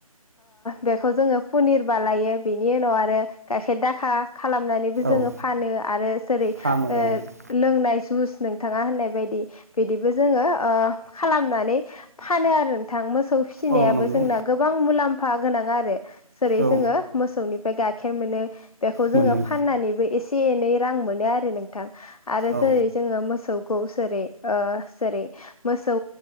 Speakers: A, on the left; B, on the right.
A: बेखौ जोङो पनिर बालायो बेनि उनाव आरो गाइखेर दाखा खालामनानै बो जोङो
B: औ
A: फानो आरो जेरै
B: खामो
A: ओ
B: औ
A: लोंनाय जुस नोंथाङा होननाय बायदि बिदिबो जोङो ओ खालामनानै फानो आरो नोंथां मोसौ फिसिनायाबो
B: औ नंगौ
A: जोंना गोबां मुलाम्फा गोनां आरो जेरै
B: औ
A: जोङो मोसौनिफ्राय गाइखेर मोनो बेखौ जोङो
B: मोनो
A: फाननानैबो एसे एनै रां मोनो आरो नोंथां आरो
B: औ
A: जेरै जोङो मोसौ औ बोसोरै ओ जेरै मोसौ